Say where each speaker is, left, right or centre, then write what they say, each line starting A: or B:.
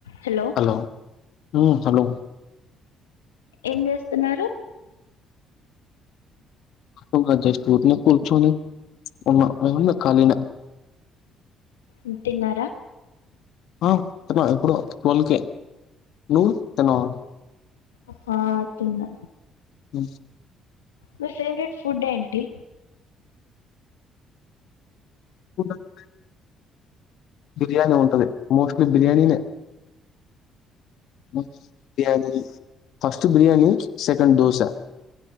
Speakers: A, on the left (about 85°); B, on the left (about 65°).
A: Hello
B: hello ఊ <unintelligible>
A: ఏం చేస్తున్నారు.
B: ఉన్న జస్ట్ ఊర్నే కూర్చొని ఉన్న ఓన్లీ కాళీనా
A: ఉ తిన్నారా
B: ఆ తిన్నా ఎప్పుడో ట్వల్వ కేే నువ్వు తిన్నావా
A: ఉప్మా తిన్నా
B: అ
A: మీ ఫేవరెట్ ఫుడ్ ఏంటి
B: కూకట్ బిర్యానీ ఉంటది మోస్ట్లీ బిర్యానీ నే most biryani first biryani second dosa